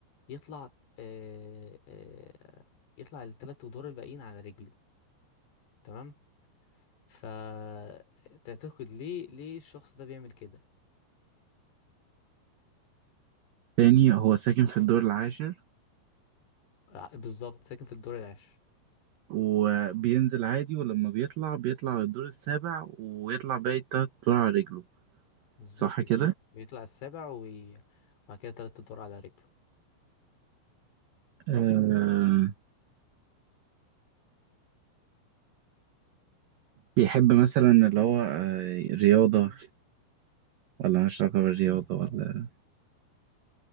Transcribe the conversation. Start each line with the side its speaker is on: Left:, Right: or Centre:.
Left: يطلع آه، آه، يطلع التلات أدوار الباقيين على رجله تمام فتعتقد ليه ليه الشخص ده بيعمل كده
Right: تاني هو ساكن في الدور العاشر
Left: ع- بالظبط ساكن في الدور العاشر
Right: وبينزل عادي ولما بيطلع بيطلع للدور السابع ويطلع باقي التلات دور على رجله
Left: بالظبط
Right: صح كده؟
Left: كده بيطلع السابع وي... وبعد كده تلات ادوار على رجله
Right: آه بيحب مثلا اللي هو آه رياضة ولا مش علاقة بالرياضة ولا